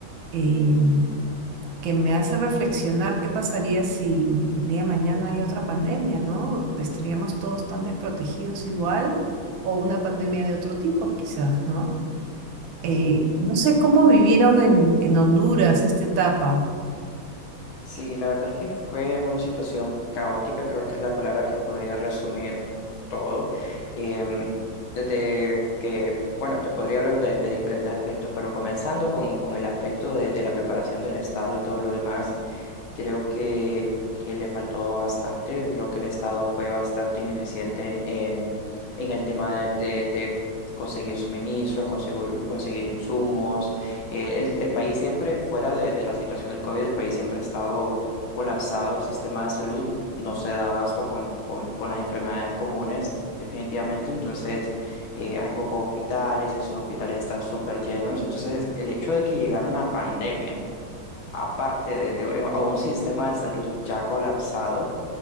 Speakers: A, on the right (about 70°); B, on the left (about 75°).
A: eh, que me hace reflexionar qué pasaría si el día de mañana hay otra pandemia, ¿no? ¿Estaríamos todos tan desprotegidos igual o una pandemia de otro tipo quizás, ¿no? Eh,
B: Sí,
A: no sé cómo vivieron en, en Honduras esta etapa.
B: sí, la verdad es que fue una situación caótica, creo que es la palabra que podría resumir todo. Em, desde que, bueno, te podría hablar de, de diferentes aspectos, pero comenzando con, con el aspecto de, de la preparación del Estado y todo lo demás. Creo que, que le faltó bastante. Creo que el Estado fue bastante ineficiente en, en el tema de, de- de conseguir suministros, conseguir, conseguir insumos. Eh, el, el país siempre, fuera de, de la situación del COVID, el país siempre ha estado colapsado. El sistema de salud no se da abasto con, con, con las enfermedades comunes, definitivamente. Entonces, eh, hay pocos hospitales, estos hospitales están súper llenos. Entonces, el hecho de que llegara una pandemia aparte de, de- eh, a un sistema de salud ya colapsado,